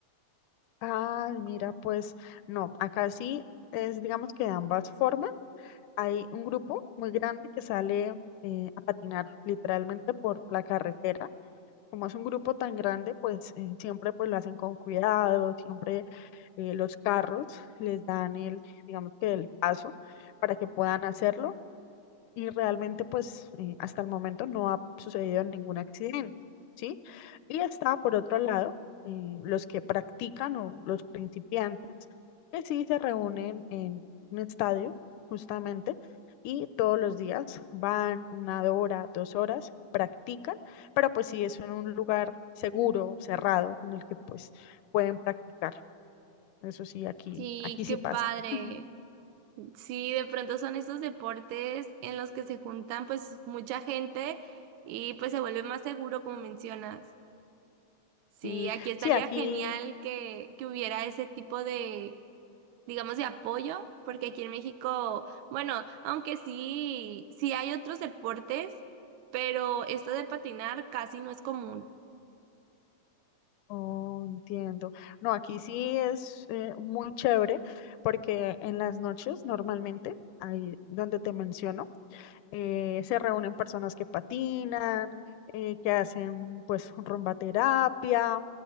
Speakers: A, on the left; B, on the right.
A: ah, mira, pues no, acá sí es, digamos que de ambas formas. Hay un grupo muy grande que sale eh, a patinar literalmente por la carretera. Como es un grupo tan grande, pues eh, siempre pues lo hacen con cuidado, siempre eh, los carros les dan el, digamos que el paso para que puedan hacerlo y realmente pues eh, hasta el momento no ha sucedido ningún accidente, ¿sí? Y está por otro lado eh, los que practican o los principiantes que sí se reúnen en un estadio justamente y todos los días van una hora, dos horas, practican, pero pues sí es en un lugar seguro, cerrado, en el que pues pueden practicar. Eso sí, aquí,
B: Sí,
A: aquí sí
B: qué
A: pasa.
B: padre.
A: <laughs>
B: Sí, de pronto son estos deportes en los que se juntan pues mucha gente y pues se vuelve más seguro, como mencionas. Sí,
A: Sí,
B: aquí estaría
A: sí, aquí
B: genial que, que hubiera ese tipo de digamos, de apoyo, porque aquí en México, bueno, aunque sí, sí hay otros deportes, pero esto de patinar casi no es común.
A: Oh, entiendo. No, aquí sí es eh, muy chévere porque en las noches normalmente, ahí donde te menciono, eh, se reúnen personas que patinan, eh, que hacen pues rumba terapia,